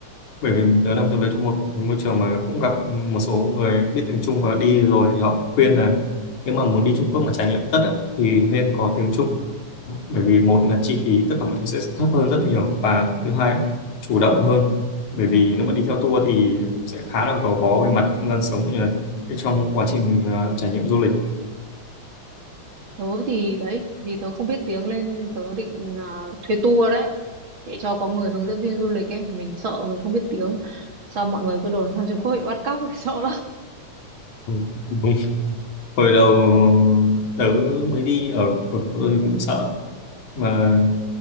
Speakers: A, on the left; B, on the right.
A: bởi vì tớ làm trong về trong một môi trường mà cũng gặp một số người biết tiếng Trung và đi rồi thì họ khuyên là nếu mà muốn đi Trung Quốc mà trải nghiệm tất á, thì nên có tiếng Trung bởi vì một là chi phí tất cả mọi thứ sẽ thấp hơn rất nhiều và thứ hai ấy, chủ động hơn bởi vì nếu mà đi theo tour thì sẽ khá là gò bó về mặt không gian sống cũng như là cái trong quá trình ờ, trải nghiệm du lịch
B: tớ thì đấy vì tớ không biết tiếng nên tớ định à, thuê tour đấy để cho có người hướng dẫn viên du lịch ấy mình sợ mình không biết tiếng xong mọi người cứ đồn sang Trung Quốc bị bắt cóc ấy <laughs> sợ lắm
A: Ừ. đúng hồi đầu tớ mới đi ở ở tôi cũng sợ mà